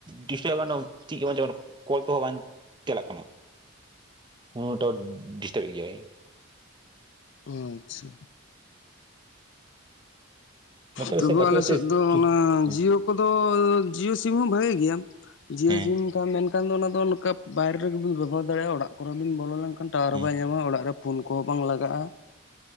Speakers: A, on the right; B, on the left.
A: ᱴᱤᱥᱟᱹᱜ <unintelligible> ᱪᱮᱫ ᱜᱮ ᱵᱟᱝ ᱪᱚ ᱟᱨ ᱠᱚᱞ ᱠᱚᱦᱚᱸ ᱵᱟᱝ ᱪᱟᱞᱟᱜ ᱠᱟᱱᱟ᱾ <unintelligible> ᱰᱤᱥᱴᱟᱵᱽ ᱮᱫ ᱜᱮᱭᱟᱭ
B: ᱟᱪᱪᱷᱟ᱾
A: ᱱᱚᱛᱮ
B: ᱛᱚᱵᱮ
A: ᱥᱮ ᱵᱟᱹᱪᱩᱜ
B: ᱟᱞᱮᱥᱮᱫ
A: ᱟᱥᱮ
B: ᱫᱚ
A: ᱪᱩ
B: ᱚᱱᱟ
A: ᱦᱮᱸ
B: ᱡᱤᱭᱳ ᱠᱚᱫᱚ ᱡᱤᱭᱳ ᱥᱤᱢ ᱦᱚᱸ ᱵᱷᱟᱜᱮ ᱜᱮᱭᱟ ᱡᱤᱭᱳ
A: ᱦᱮᱸ
B: ᱥᱤᱢ ᱠᱷᱟᱱ ᱢᱮᱱᱠᱷᱟᱱ ᱫᱚ ᱚᱱᱟ ᱫᱚ ᱱᱚᱝᱠᱟ ᱵᱟᱭᱨᱮ ᱨᱮᱜᱮ ᱵᱤᱱ ᱵᱮᱵᱚᱦᱟᱨ ᱫᱟᱲᱮᱭᱟᱜᱼᱟ ᱚᱲᱟᱜ ᱠᱚᱨᱮ ᱵᱤᱱ ᱵᱚᱞᱚ ᱞᱮᱱᱠᱷᱟᱱ ᱴᱟᱣᱟᱨ ᱦᱚᱸ
A: ᱦᱮᱸ
B: ᱵᱟᱭ ᱧᱟᱢᱟ ᱟᱲᱟᱜ ᱨᱮ ᱯᱷᱳᱱ ᱠᱚᱦᱚᱸ ᱵᱟᱝ ᱞᱟᱜᱟᱜᱼᱟ